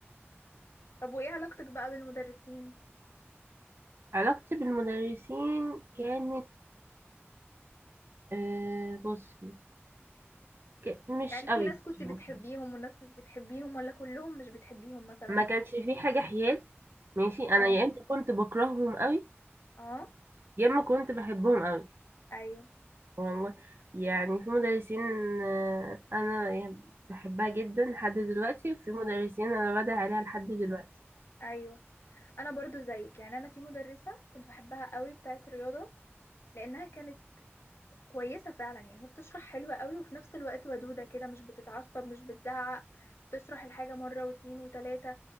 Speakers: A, on the left; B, on the right.
A: طب وايه علاقتك بقى بالمدرسين
B: علاقتي بالمدرسين كانت آه بصي ك- مش
A: يعني
B: قوي
A: في ناس كنت بتحبيهم
B: يعني.
A: وناس مش بتحبيهم ولا كلهم مش بتحبيهم مثلا
B: ما كانش في حاجة حياد ماشي انا
A: اه
B: يا اما كنت بكرههم قوي
A: اه
B: يا اما كنت بحبهم قوي
A: ايوه
B: والله يعني في مدرسين آه، انا يعني بحبها جدا لحد دلوقتي وفي مدرسين انا بدعي عليها لحد دلوقتي
A: ايوه انا برضو زيك يعني انا في مدرسة كنت بحبها قوي بتاعت رياضة لانها كانت كويسة فعلا يعني هي بتشرح حلوة قوي وفي نفس الوقت ودودة كده مش بتتعصب مش بتزعق بتشرح الحاجة مرة واتنين وتلاتة